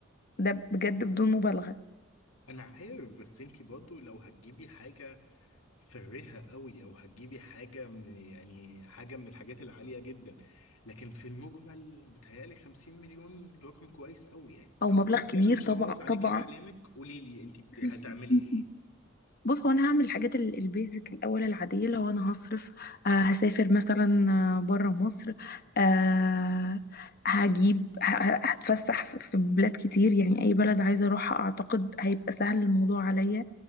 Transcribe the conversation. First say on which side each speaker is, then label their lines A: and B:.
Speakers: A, on the left; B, on the left.
A: ده بجد بدون مبالغة
B: انا عارف بس انت برضو لو هتجيبي حاجة فارهة قوي او هتجيبي حاجة من يعني حاجة من الحاجات العالية جدا لكن في المجمل بتهيألي 50 مليون رقم كويس قوي يعني
A: أو
B: طب
A: مبلغ
B: بصي
A: كبير
B: انا مش
A: طبعا
B: هبوظ عليكي
A: طبعا
B: احلامك قولي لي انت بت-
A: <laughs>
B: هتعملي ايه
A: بص هو انا هعمل الحاجات ال- البيزك الاول العاديه لو انا هصرف آه هسافر مثلا آه بره مصر آه هجيب ه- ه- هتفسح في في بلاد كتير يعني اي بلد عايزه اروحها اعتقد هيبقى سهل الموضوع عليا